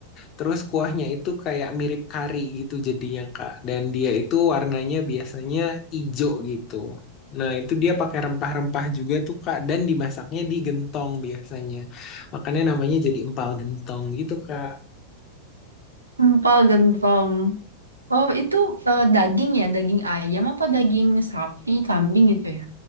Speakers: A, on the left (about 35°); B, on the right (about 80°).
A: terus kuahnya itu kayak mirip kari gitu jadinya, Kak. Dan dia itu warnanya biasanya ijo gitu. Nah, itu dia pakai rempah-rempah juga tuh, Kak, dan dimasaknya di gentong biasanya. Makanya namanya jadi empal gentong gitu, Kak.
B: Empal gentong. Oh, itu eh, daging ya, daging ayam apa daging sapi, kambing gitu ya?